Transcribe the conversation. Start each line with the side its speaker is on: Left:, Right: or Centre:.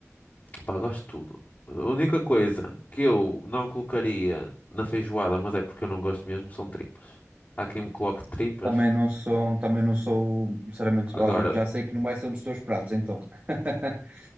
Left: Pá, gosto de tudo. A única coisa que eu não colocaria na feijoada, mas é porque eu não gosto mesmo, são tripas. Há quem me coloque tripas.
Right: Também não sou, também não sou, sinceramente,
Left: Agora,
Right: olha, já sei que não vai ser um dos teus pratos, então. <laughs>